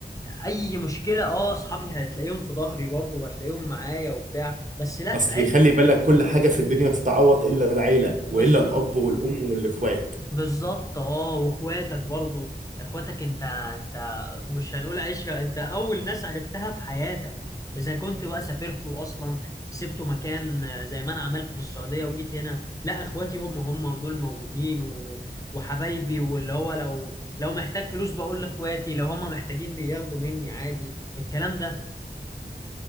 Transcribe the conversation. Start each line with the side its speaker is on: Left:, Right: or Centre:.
Left: اي مشكله اه اصحابي هتلاقيهم في ظهري برضه وهتلاقيهم معايا وبتاع بس لا
Right: اصلي
Left: عيلتي
Right: خلي بالك كل حاجة في الدنيا تتعوض الا العيلة
Left: بالظبط
Right: والا الاب والام والاخوات
Left: بالظبط اه واخواتك برضو اخواتك انت انت مش هنقول عشرة انت اول ناس عرفتها في حياتك اذا كنت بقى سافرت واصلا سبت مكان آه، زي ما انا عملت في السعودية وجيت هنا لا اخواتي هم هم ودول موجودين و... وحبايبي واللي هو لو لو محتاج فلوس بقول لاخواتي لو هم محتاجين بياخدوا مني عادي الكلام ده